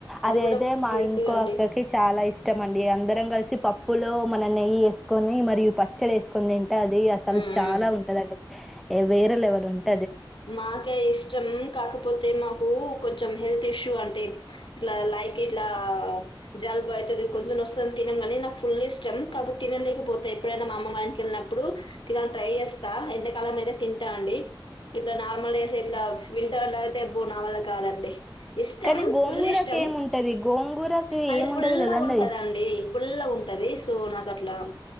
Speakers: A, in the centre; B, on the left.
A: అది
B: కూడా
A: అయితే మా
B: హెల్తీ
A: ఇంకో
B: అండి.
A: అక్కకి చాలా ఇష్ట ఇష్టమండి అందరం కలిసి పప్పులో మనం నెయ్యి వేసుకొని మరియు పచ్చలు వేసుకని తింట ది అసలు
B: హ్మ్ హ్మ్
A: చాలా ఉంటదండి వేరే లెవల్ ఉంట
B: మాక ఇష్టం కాకపోతే మాకు కు కొంచెం హెల్త్ ఇష్యూ అంటే ఇట్లా లైక్ ఇట్లా జలుబ్ అయితది కోసం తినం కాని నాకు ఫుల్ ఇష్టం కాకతే తినలేకపోతే ఎప్పుడైనా మా అమ్మమ్మళ్ళ ఇంటికి ఎళ్ళినప్పుడు తినాల ట్రై చెస్తా ఎంతకాలం అయితే తింటా అండి ఇట్లా నార్మల్ డేస్ ఇట్లా వింటర్లో అయితే అబ్బో నావల్ల కాదండి ఇష్టం
A: కానీ గోంగూరకి
B: ఫుల్ ఇష్టం
A: ఏముంటుంది గోంగూరకి
B: అది
A: ఏముండదు
B: పుల్లగా
A: కదండి
B: ఉంటదండి
A: అది.
B: పుల్లగా ఉంట ది సో నాక ట్లా